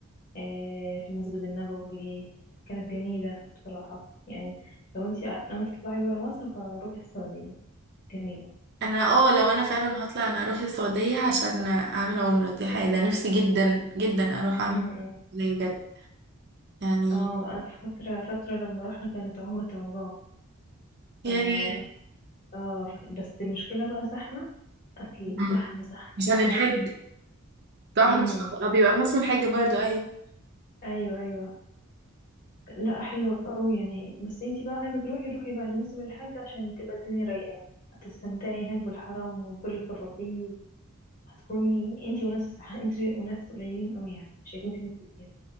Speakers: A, on the left; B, on the right.
A: آه في المسجد النبوي كانت جميلة بصراحة يعني لو انتي ع- ناوية تطلعي برا مصر فروحي السعودية جميلة
B: أنا اه لو أنا فعلا هطلع أنا أروح السعودية عشان أعمل عمرة دي حقيقة أنا نفسي جدا جدا أروح
A: م-
B: أعمل
A: م.
B: عمرة بجد يعني
A: اه انا فاكرة فاكرة لما رحنا كانت عمرة رمضان
B: يا
A: اه,
B: ريت.
A: آه فك... بس المشكلة بقى زحمة قتل
B: أمم.
A: زحمة زحمة
B: عشان
A: اللي هو
B: الحج صح
A: امم
B: مش آه، بيبقى موسم الحج برضو أيوه
A: ايوه ايوه لا حلوة قوي يعني بس انتي بقى عايزة تروحي روحي بعد موسم الحج عشان تبقى الدنيا رايقة هتستمتعي هناك بالحرم وبكل التفاصيل هتكوني انتي وناس انتي وناس قليلين قوي يعني مش هيكون في ناس كتير